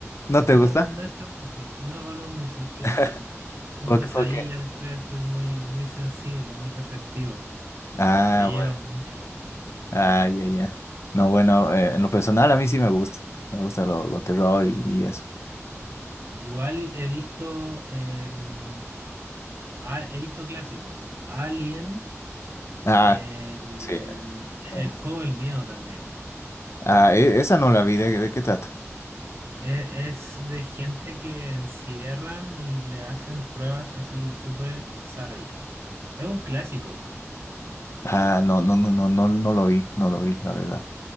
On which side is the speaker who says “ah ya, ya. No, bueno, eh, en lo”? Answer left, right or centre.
Left